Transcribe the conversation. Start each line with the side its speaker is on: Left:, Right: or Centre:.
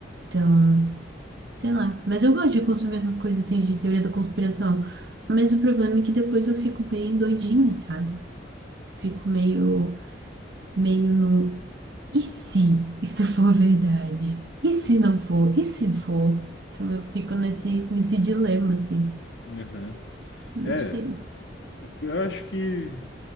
Right: Então. Sei lá. Mas eu gosto de consumir essas coisas assim de teoria da conspiração. Mas o problema é que depois eu fico bem doidinha, sabe? Fico meio, meio no. E se isso for verdade? E se não for? E se for? Então eu fico nesse, nesse dilema, assim.
Left: <laughs> Uhum.
Right: Não
Left: É,
Right: sei.
Left: eu acho que,